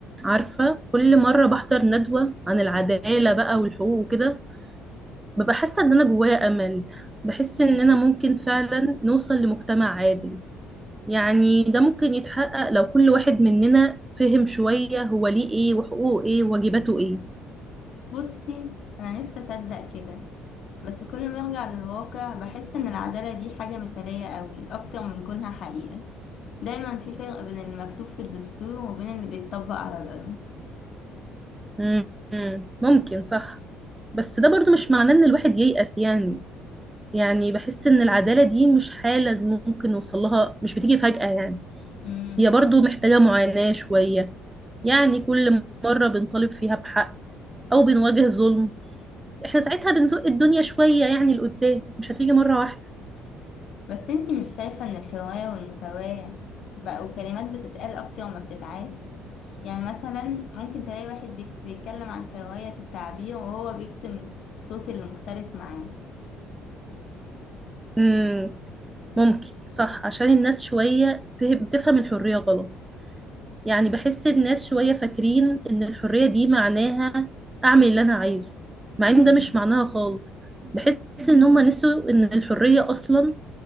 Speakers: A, on the right (about 20°); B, on the left (about 55°).
A: عارفة كل مرة بحضر ندوة عن العدالة بقى والحقوق وكده ببقى حاسة ان انا جوايا امل بحس اننا
B: مم.
A: ممكن فعلا نوصل لمجتمع عادل يعني ده ممكن يتحقق لو كل واحد مننا فهم شوية هو ليه ايه وحقوقه ايه وواجباته ايه
B: بصي أنا نفسي أصدق كده بس كل ما أرجع للواقع بحس إن العدالة دي حاجة مثالية قوي أكتر من كونها حقيقة دايما في فرق بين المكتوب في الدستور وبين اللي بيتطبق على الأرض
A: مم، مم، ممكن صح بس ده برضو مش معناه ان الواحد ييأس يعني يعني بحس ان العدالة دي مش حالة ممكن نوصل لها مش بتيجي فجأة يعني
B: مم.
A: هي برضو محتاجة معاناة شوية يعني كل مرة بنطالب فيها بحق أو بنواجه ظلم احنا ساعتها بنزق الدنيا شوية يعني لقدام مش هتيجي مرة واحدة
B: بس أنتي مش شايفة إن الحرية والمساواة بقوا كلمات بتتقال أكتر ما بتتعاش يعني مثلا ممكن تلاقي واحد بيك- بيتكلم عن حرية التعبير وهو بيكتم صوت اللي مختلف معاه
A: امم ممكن صح عشان الناس شوية فه- بتفهم الحرية غلط يعني بحس الناس شوية فاكرين إن الحرية دي معناها أعمل اللي أنا عايزه مع
B: مم.
A: إن ده مش معناها خالص بحس إن هما نسوا إن الحرية أصلا